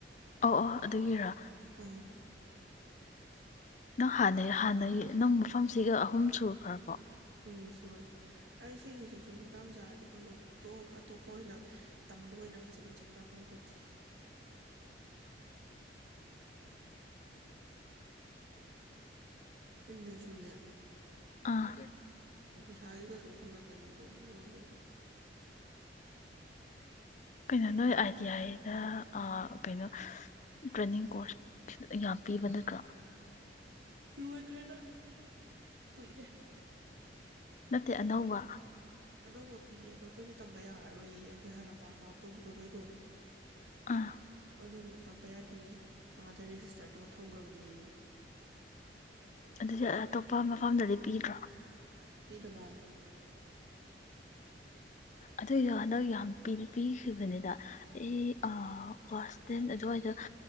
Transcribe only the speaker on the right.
ꯑꯥ
ꯎꯝ ꯁꯨꯔꯦ ꯑꯩ ꯁꯤꯒꯤꯁꯤꯁꯨ ꯃꯇꯥꯡ ꯆꯥꯔꯗꯤ ꯈꯪꯗꯦ ꯑꯇꯣꯞꯄ ꯑꯣꯏꯅ ꯇꯝꯕ ꯑꯣꯏꯅ ꯐꯖꯅ ꯆꯠꯄ꯭ꯔꯥ ꯈꯪꯕꯣꯠꯇꯦ ꯏꯟꯅ ꯁꯣꯗꯦ
ꯄꯩꯁꯥꯒꯤꯒ ꯁꯨꯝ ꯈꯜꯅ ꯀꯩꯅꯣ ꯇꯧꯕ ꯃꯥꯅꯦꯕ
ꯂꯣꯏꯈ꯭ꯔꯦꯗ ꯀꯨꯏꯔꯦ
ꯑꯅꯧꯕ ꯄꯤꯌꯦ ꯑꯗꯣ ꯑꯩꯈꯣꯏꯗꯤ ꯇꯝꯕ ꯌꯥꯔꯔꯣꯏ ꯑꯩꯈꯣꯏ ꯍꯥꯟꯅ ꯄꯥꯁ ꯑꯥꯎꯠ ꯇꯧꯈꯤꯕꯈꯩꯗꯣ
ꯑꯗꯨꯣ ꯇꯝꯕ ꯌꯥꯗꯦ ꯃꯥꯗ ꯔꯦꯖꯤꯁꯇꯔ ꯇꯧ ꯊꯝꯈ꯭ꯔꯕꯅꯤ
ꯄꯤ ꯑꯗꯨꯕꯗ